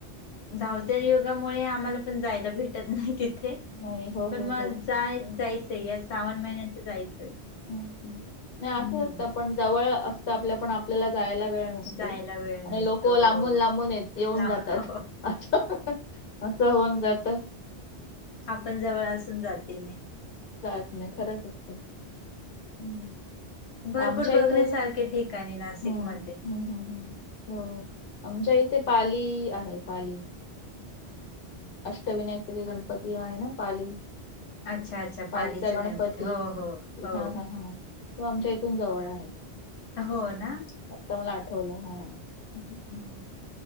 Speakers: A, on the left; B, on the left.
A: धावत्या युग आम्हाला पण जायला भेटत नाही तिथे,
B: नाही हो
A: पण
B: हो
A: मग
B: हो
A: जाय जायचंय या श्रावण महिन्यात जायचंय.
B: हम्म नाही
A: हम्म
B: असंच असतं पण जवळ असतं आपल्या पण आपल्याला जायला मिळत नाय. नसतो
A: जायला वेळ
B: आणि
A: नसतो
B: लोक लांबून
A: हो
B: लांबून येऊन
A: लांब
B: जातात. अच्छा! असं होऊन जात.
A: आपण जवळ असून जाते‌.
B: जात नाही खरंच असते. हम्म
A: भरपूर
B: आमच्या इथे
A: बघण्यासारखे ठिकाणी नाशिकमध्ये
B: हम्म हम्म हम्म हो आमच्या इथे पाली आहे पाली. अष्टविनायक मध्ये गणपती आहे ना पाली.
A: अच्छा अच्छा
B: पालिचा
A: पालीचं
B: गणपती,
A: हो हो हो
B: हा हा हा तो आमच्या इथून जवळ आहे.
A: हो ना
B: आता मला आठवलं हा.
A: हम्म